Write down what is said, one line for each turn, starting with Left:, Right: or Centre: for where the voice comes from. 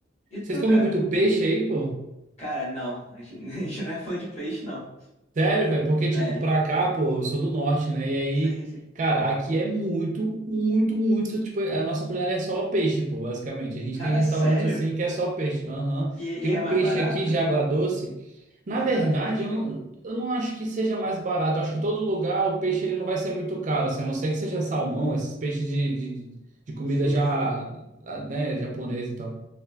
Left: E tu,
Right: Vocês comem
Left: cara?
Right: muito peixe aí, pô?
Left: Cara, não. A gente <laughs> a gente não é fã de peixe, não.
Right: Sério, velho? Porque, tipo,
Left: Sério.
Right: pra cá, pô, eu sou do norte, né? E aí,
Left: Sim, sim.
Right: cara, aqui é muito, muito, muito, tipo, a nossa culinária é só peixe, pô, basicamente. A gente
Left: Cara,
Right: tem restaurante
Left: sério?
Right: assim que é só peixe. Aham.
Left: E,
Right: Tem
Left: e
Right: um
Left: é mais
Right: peixe
Left: barato?
Right: aqui de água doce Na
Left: É mais
Right: verdade,
Left: barato o peixe,
Right: eu não,
Left: hein?
Right: eu não acho que seja mais barato. Eu acho que todo lugar o peixe ele não vai ser muito caro, assim, a não ser que seja salmão, esses peixes de, de, de de comida
Left: Sim,
Right: já,
Left: sim.
Right: ah, né, japonês e tal.